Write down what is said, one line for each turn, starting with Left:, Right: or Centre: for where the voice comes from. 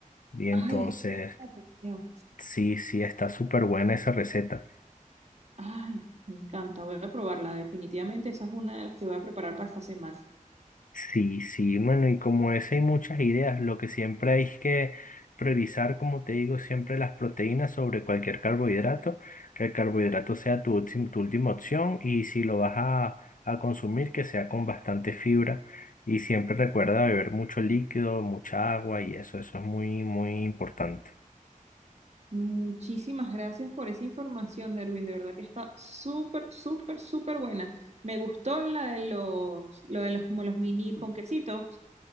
Left: Y entonces,
Right: Ay, es que llama atención.
Left: sí, sí, está súper buena esa receta.
Right: Ay, me encanta. Voy a probarla. Definitivamente esa es una de las que voy a preparar para esta semana.
Left: Sí, sí, bueno, y como es, hay muchas ideas. Lo que siempre hay es que priorizar, como te digo, siempre las proteínas sobre cualquier carbohidrato, que el carbohidrato sea tu, ultim- tu última opción y si lo vas a, a consumir, que sea con bastante fibra. Y siempre recuerda beber mucho líquido, mucha agua y eso, eso es muy, muy importante.
Right: Muchísimas gracias por esa información, Derwin. De verdad que está súper, súper, súper buena. Me gustó la de los, lo de los, como los mini ponquecitos.